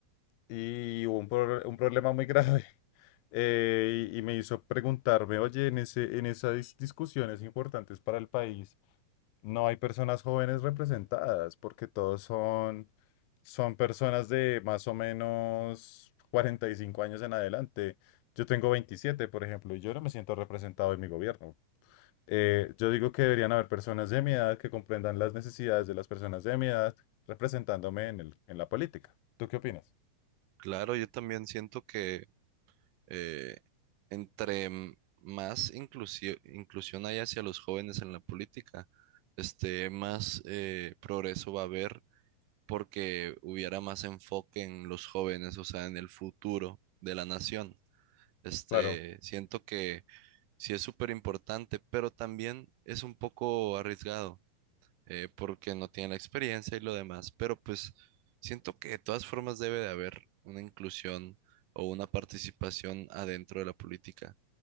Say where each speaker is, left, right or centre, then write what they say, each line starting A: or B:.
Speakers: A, on the left; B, on the right.
A: y hubo un, pro- un problema muy grave <laughs> eh, y, y me hizo preguntarme, oye, en ese, en esas discusiones importantes para el país no hay personas jóvenes representadas, porque todos son, son personas de más o menos 45 años en adelante. Yo tengo 27, por ejemplo, y yo no me siento representado en mi gobierno. Eh, yo digo que deberían haber personas de mi edad que comprendan las necesidades de las personas de mi edad representándome en el, en la política. ¿Tú qué opinas?
B: Claro, yo también siento que eh, entre m- más inclusio- inclusión hay hacia los jóvenes en la política, este, más eh, progreso va a haber porque hubiera más enfoque en los jóvenes, o sea, en el futuro de la nación. Este,
A: Claro.
B: siento que sí es súper importante, pero también es un poco arriesgado. eh, porque no tienen la experiencia y lo demás, pero pues siento que de todas formas debe de haber una inclusión o una participación adentro de la política.